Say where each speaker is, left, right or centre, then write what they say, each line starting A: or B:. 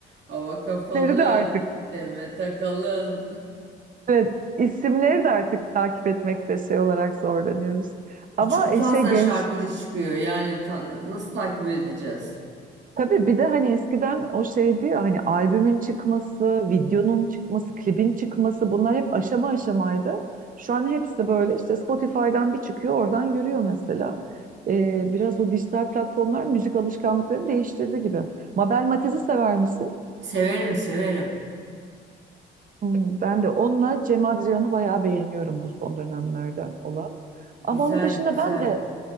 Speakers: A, on the right (about 65°); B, on the right (about 45°).
A: Hava Kapalı,
B: İsimleri de artık.
A: Demet Akalın.
B: Evet isimleri de artık takip etmekte şey olarak zorlanıyoruz. Ama
A: Çok
B: e,
A: fazla
B: şey genç
A: şarkıcı çıkıyor. Yani ta- nasıl takip edeceğiz?
B: Tabii bir de hani eskiden o şeydi ya hani albümün çıkması, videonun çıkması, klibin çıkması bunlar hep aşama aşamaydı. Şu an hepsi böyle işte Spotify'dan bir çıkıyor oradan yürüyor mesela. Ee, biraz o dijital platformlar müzik alışkanlıklarını değiştirdi gibi. Mabel Matiz'i sever misin?
A: Severim, severim.
B: Hmm, ben de onunla Cem Adrian'ı bayağı beğeniyorum bu son dönemlerden olan.
A: Güzel,
B: Ama onun dışında
A: güzel.
B: ben de